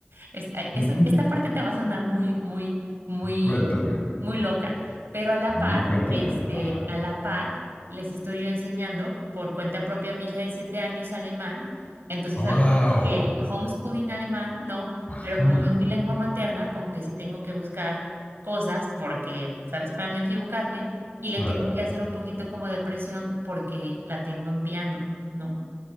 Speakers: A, on the right (about 65°); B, on the left (about 45°).
A: Es- ay,
B: Ujú.
A: esta parte te va a sonar muy, muy, muy,
B: Cuéntame.
A: muy loca, pero a la
B: No,
A: par,
B: no, cuéntame.
A: este,
B: Ajá.
A: a la par, les estoy yo enseñando por cuenta propia a mi hija de siete años alemán, entonces
B: Wow.
A: hago como que homeschooling alemán, ¿no?
B: Ajá,
A: Pero como no es mi lengua materna, como que sí tengo que buscar cosas porque, ¿sabes? Para no equivocarme, y le
B: claro.
A: tengo que hacer un poquito como de presión porque la tengo en piano, ¿no?